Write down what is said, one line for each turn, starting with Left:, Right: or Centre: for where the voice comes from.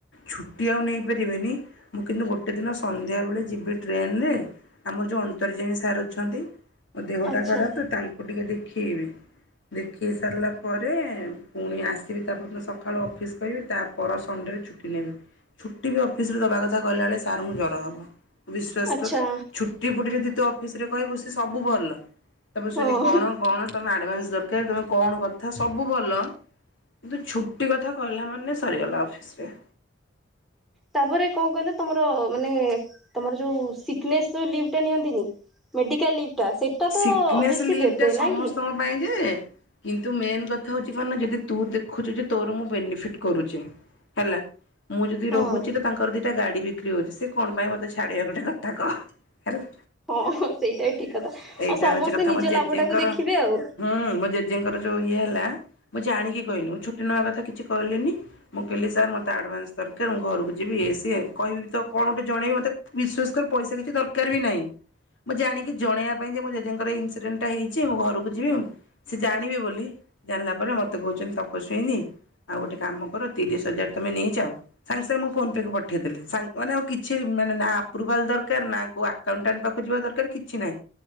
Left: ଛୁଟି ଆଉ ନେଇପାରିବିନି। ମୁଁ କିନ୍ତୁ ଗୋଟେ ଦିନ ସନ୍ଧ୍ୟାବେଳେ ଯିବି ଟ୍ରେନରେ ଆମର ଯେଉଁ ଅନ୍ତର୍ଜଣୀ ସାର୍ ଅଛନ୍ତି। ମୋ ଦେହଟା
Centre: ଆଚ୍ଛା
Left: ଖରାପ ମୁଁ ଟିକେ ଦେଖେଇବି ଦେଖେଇ ସାରିଲା ପରେ ପୁଣି ଆସିବି ତାପର ଦିନ ସକାଳୁ ଅଫିସ କରିବି ତାପର ସନ ଛୁଟି ନେବି ଛୁଟି ବି ଅଫିସରେ ଦବା କଥା କିହିଲା ବେଳେ ସାରଙ୍କୁ ଜ୍ୱର ହବ। ବିଶ୍ୱାସ
Centre: ଆଚ୍ଛା
Left: କର ଛୁଟି ଫୁଟି ଯଦି ତୁ ଅଫିସ ରେ କହିବୁ ସେ ସବୁ ଭଲ। ତାମର
Centre: ହଁ
Left: ଶୁନି କଣ କଣ ତମେ ଆଡ଼ଭାନ୍ସ ଦରକାର ତମେ କଣ କଥା ସବୁ ଭଲ କିନ୍ତୁ ଛୁଟି କଥା କହିଲା ମାନେ ସରିଗଲା ଅଫିସରେ।
Centre: ତାପରେ କଣ କହିଲ ତମର ମାନେ ତମର ଯୋଉଁ ସିକନେସର ଲିଭଟା ନିଅନ୍ତିନି? Medical leave. ଟା ସେଟା
Left: ସିକନେସ୍
Centre: ତ ଅଭିଅସଲି
Left: ଲିଭଟା
Centre: ଦେବେ
Left: ସମସ୍ତଙ୍କ
Centre: ନା କି
Left: ପାଇଁ ଯେ କିନ୍ତୁ ମେନ୍ କଥା ହଉଛି କଣନା ଯଦି ତୁ ଦେଖୁଛୁ ଯେ ତୋର ମୁଁ ବେନିଫିଟ୍ କରୁଛି। ହେଲା। ମୁଁ ଯଦି
Centre: ହଁ
Left: ରହୁଛି ତ ତାଙ୍କର ଦିଟା ଗାଡି ବିକ୍ରି ହଉଛି ସେ କଣ ପାଇଁ ମତେ ଛାଡିବେ ଗୋଟେ କଥା କହ ହେଲା।
Centre: ହଁ, ହଁ ସେଇଟା ଠିକ କଥା
Left: ଏଇଟା
Centre: ଆଉ ସମସ୍ତେ
Left: ହଉଛି କଥା
Centre: ନିଜ
Left: ମୋ ଜେଜେଙ୍କର
Centre: ଲାଭ ଟାକୁ ଦେଖିବେ ଆଉ
Left: ହୁଁ ମୋ ଜେଜେଙ୍କର ଯୋଉ ଇଏ ହେଲା ମୁଁ ଜାଣିକି କହିଲି ମୁଁ ଛୁଟି ନେବା କଥା କିଛି କହିଲିନି ମୁଁ କହିଲି ସାର୍ ମତେ ଆଡଭାନ୍ସ ଦରକାର ମୁଁ ଘରକୁ ଯିବି। କିଏ ସିଏ କହିବି ତ କଣ ଗୋଟେ ଜଣେଇବି ମତେ ବିଶ୍ଵାସ କରି ପଇସା କିଛି ଦରକାର ବି ନାହିଁ। ମୁଁ ଜାଣିକି ଜଣେଇଆକୁ ପାଇଁ ଯେ ମୋ ଜେଜେଙ୍କର ଇନସିଡେଣ୍ଟଟା ହେଇଚି ମୁଁ ଘରକୁ ଯିବି, ସେ ଜାଣିବେ ବୋଲି ଜାଣିଲା ପରେ ମୋତେ କହୁଚି ତପସ୍ୱିନୀ ଆଉ ଗୋଟେ କାମ କର ତିରିଶ ହଜାର ତମେ ନେଇଯାଅ, ସାଙ୍ଗେ ସାଙ୍ଗେ ମୋ ଫୋନ ପେ କୁ ପଠେଇଦେଲେ। ସାଙ୍ଗ ମାନେ ଆଉ କିଛି ମାନେ ନା ଆପ୍ରୁଭାଲ ଦରକାର ନା କୋଉ ଆକାଉଣ୍ଟାଣ୍ଟ ପାଖକୁ ଯିବା ଦରକାର କିଛି ନାହିଁ।